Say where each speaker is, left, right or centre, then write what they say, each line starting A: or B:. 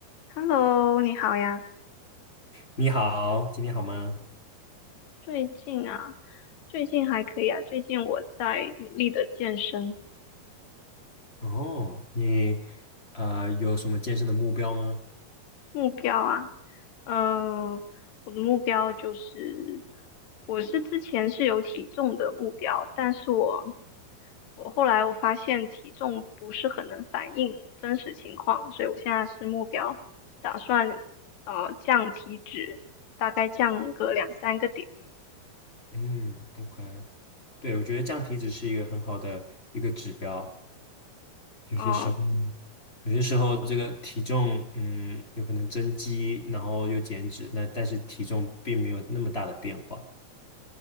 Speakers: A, on the left; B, on the left.
A: Hello，你好呀。
B: 你好，今天好吗？
A: 最近啊，最近还可以啊。最近我在努力的健身，
B: 哦，你呃有什么健身的目标吗？
A: 目标啊，嗯、我的目标就是，我是之前是有体重的目标，但是我我后来我发现体重不是很能反映真实情况，所以我现在是目标打算呃降体脂，大概降个两三个点。
B: 嗯，OK，对，我觉得降体脂是一个很好的一个指标。
A: 嗯、
B: 后
A: 呃
B: 有些时候这个体重，嗯，有可能增肌，然后又减脂，那但是体重并没有那么大的变化。